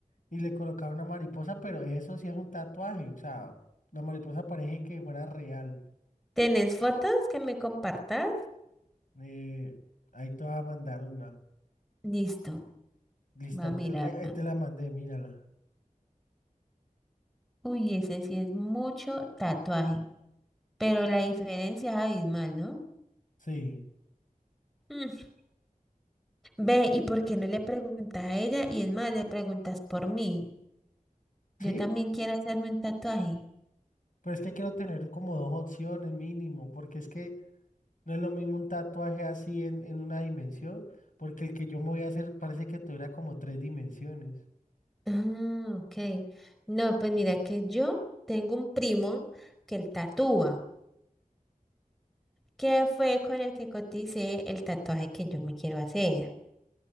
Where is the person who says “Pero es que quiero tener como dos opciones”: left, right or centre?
Left